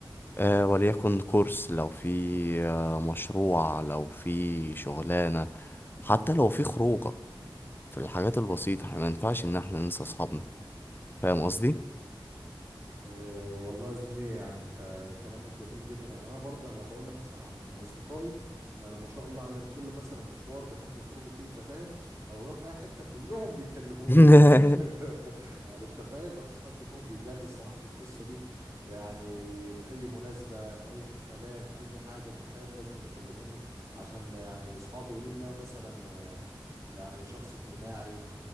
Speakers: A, on the left; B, on the right.
A: آه، وليكن كورس لو في آه، مشروع لو في شغلانة حتى لو في خروجة في الحاجات البسيطة احنا ما ينفعش ان احنا ننسى اصحابنا فاهم قصدي؟
B: أه والله يا زميلي يعني انت كلامك جميل جدا يعني انا برضه يعني لو هقول لك مثلا عن اصدقائي يعني ما شاء الله عليهم كل مثلا مشوار بيحبوا يخرجوا فيه انت فاهم او يروحوا في اي حته كلهم بيكلموني
A: <laughs>
B: <laughs> يعني انت فاهم ما فيش حد فيهم بيجل الصراحه في القصه دي يعني في اي مناسبه في اي احتفالات اي حاجه انت فاهم لازم يكلموني عشان يعني اصحابي يقولوا لي ان انا مثلا آه، يعني شخص اجتماعي